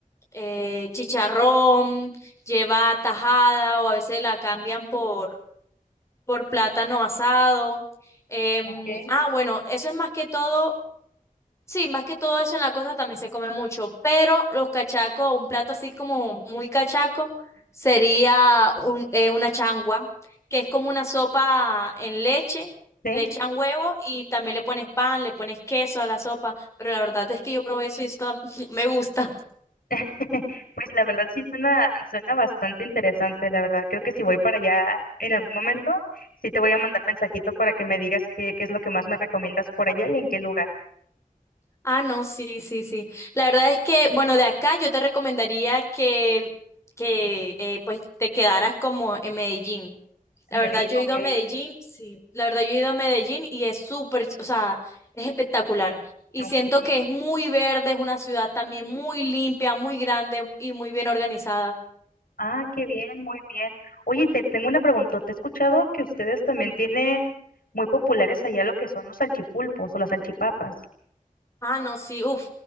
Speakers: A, on the left; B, on the left.
A: eh, chicharrón, lleva tajada o a veces la cambian por por plátano asado. Em,
B: Ok.
A: ah, bueno, eso es más que todo Sí, más que todo eso en la costa también se come mucho, pero los cachacos, un plato así como muy cachaco, sería un- eh, una changua, que es como una sopa en leche,
B: Sí,
A: le echan huevo y también le pones pan, le pones queso a la sopa, pero la verdad es que yo probé eso y esto <laughs> me gusta.
B: <laughs> pues la verdad sí suena, suena bastante interesante, la verdad, creo que si voy para allá en algún momento, sí te voy a mandar mensajito para que me digas qué, qué es lo que más me recomiendas por allá y en qué lugar.
A: Ah, no, sí, sí, sí. La verdad es que, bueno, de acá yo te recomendaría que, que eh, pues te quedaras como en Medellín La
B: En Medellín,
A: verdad, yo he ido
B: ok,
A: a Medellín, sí, la verdad, yo he ido a Medellín y es súper, o sea, es espectacular. Y
B: ok.
A: siento que es muy verde, es una ciudad también muy limpia, muy grande y muy bien organizada.
B: Ah, qué bien, muy bien. Oye, te tengo una pregunta. ¿Te he escuchado que ustedes también tienen muy populares allá lo que son los salchipulpos o las salchipapas?
A: Ah, no, sí, uff.